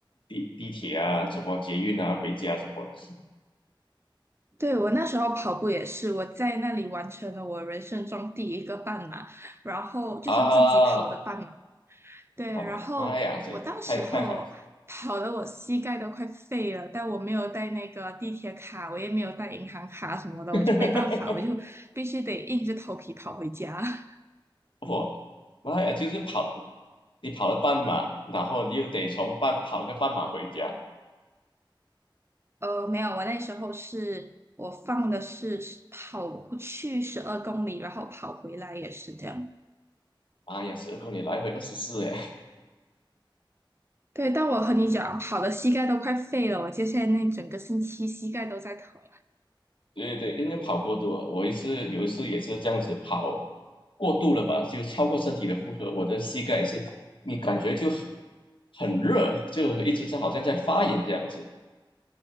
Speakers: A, on the left; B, on the right.
A: 地地铁啊，什么捷运啊，回家什么的。
B: 对，我那时候跑步也是，我在那里完成了我人生中第一个半马，然后就是自己跑的半马。
A: 啊，
B: 对，
A: 哦妈妈呀，
B: 然后我当时候跑的我膝盖都快废了，
A: 这太太好了，
B: 但我没有带那个地铁卡，我也没有带银行卡什么的，
A: <laughs>
B: 我就没办法，我就必须得硬着头皮跑回家。<laughs>
A: 我妈呀，就是跑，你跑了半马，然后你又得从半跑个半马回家，
B: 呃，没有，我那时候是我放的是跑去十二公里，然后跑回来也是这样。
A: 哎呀，十二公里来回二十四，哎，
B: 对，但我和你讲，跑的膝盖都快废了，我接下来那整个星期膝盖都在疼。
A: <laughs> 对对，应该跑过度了。我一次有一次也是这样子跑过度了吧，就超过身体的负荷，我的膝盖也是，你感觉就很热，就一直在好像在发炎这样子。